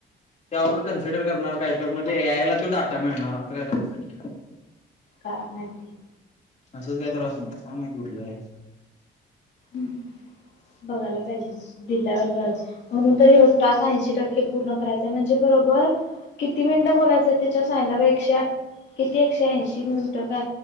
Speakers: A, on the left; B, on the left.
A: त्यावर कन्सिडर करणारं. काहीतर मध्ये ए आय ला तो डाटा मिळणार असं काहीत-
B: काय माहिती.
A: असंच काय तरी असणार काय माहित कुठलं आहे.
B: हम्म. बघायला पाहिजे दिल्यावर म्हणून तर हे टास्क ऐंशी टक्के पूर्ण करायचा म्हणजे. बरोबर किती मिनिटं बोलायचं त्याच्यावर सांगितल बघ एकशे आठ किती एकशे ऐंशी मिनिटं. का